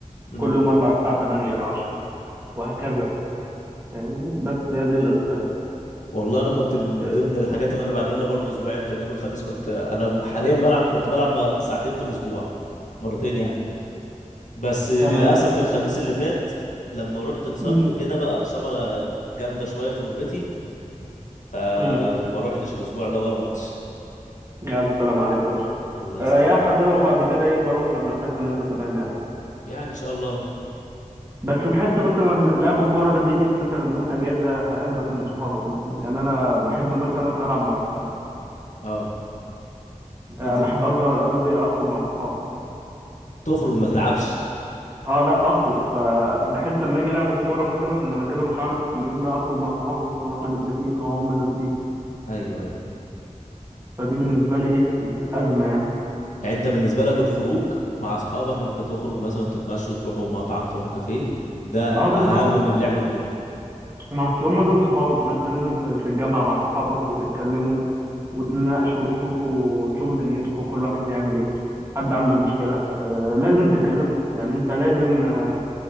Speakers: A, on the left; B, on the right.
A: امم
B: كل يوم أربع الساعة 8 ل 10 وهكذا فاهمني بس هي دي القصة
A: والله انا كنت من
B: اه،
A: ضمن الحاجات اللي انا بعملها برضو اسبوعيا كان يوم الخميس كنت انا ب- حاليا بلعب كنت بلعب م- ساعتين في الاسبوع مرتين يعني بس للاسف
B: تمام
A: الخميس اللي فات لما رحت اتصبت
B: مم.
A: كده بقى اصابة جامدة شوية في ركبتي فما
B: مم.
A: روحتش الاسبوع ده ولا ماتش
B: ألف سلام عليك يا باشا
A: الله يسلمني
B: ريحها كده وبعد كده ايه بروح لما تحس ان انت تمام يعني
A: يعني ان شاء الله اهو
B: بس تحس مثلا لعب الكوره ده بيجي في مثلا يوم اجازه هياخدك من صحابك مثلا يعني انا بحب مثلا العب مع صحابي
A: اه
B: أه
A: إد-
B: بحب قصدي قصدي اخرج مع صحابي
A: تخرج ما تلعبش
B: اه لا اخرج فبحيث لما اجي لعب الكوره مثلا ما انا كده مش هعرف اليوم ده اخرج مع صحابي مثلا واحنا متفقين اه هم نازلين
A: ايوه ايوه
B: فدي بالنسبه لي ايه ازمه يعني
A: يعني انت بالنسبة لك الخروج مع اصحابك ان انت تخرج مثلا تتمشوا تروحوا مطعم تروحوا كافيه ده
B: اه بالظبط
A: اهم من لعب الكورة
B: ما اصل هم دول صحابك ما انت لازم ت- تتجمع مع صحابك وتتكلموا وتناقشوا وتشوفوا تشوفوا دنيتكم كل واحد بيعمل ايه حد عنده مشكلة آه لازم تتكلموا يعني انت لازم آه